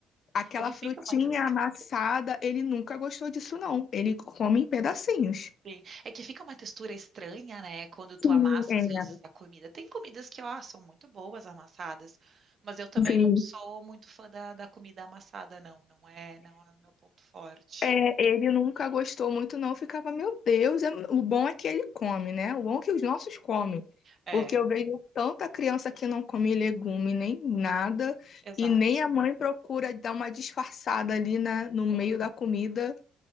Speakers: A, on the left; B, on the right.
A: Aquela
B: É que
A: frutinha
B: fica uma textura.
A: amassada, ele nunca gostou disso, não. Ele come em pedacinhos.
B: Sim. É que fica uma textura estranha, né? Quando tu
A: Sim,
B: amassa,
A: é,
B: às vezes, a comida. Tem comidas que, ó, são muito boas amassadas, mas eu também
A: sim.
B: não sou muito fã da, da comida amassada, não. Não é, não é o meu ponto forte.
A: É, ele nunca gostou muito, não. Ficava, meu Deus, é- o bom é que ele come, né? O bom é que os nossos comem.
B: É,
A: Porque eu vejo tanta criança que não come legume nem nada,
B: exato.
A: e nem a mãe procura dar uma disfarçada ali na, no meio da comida.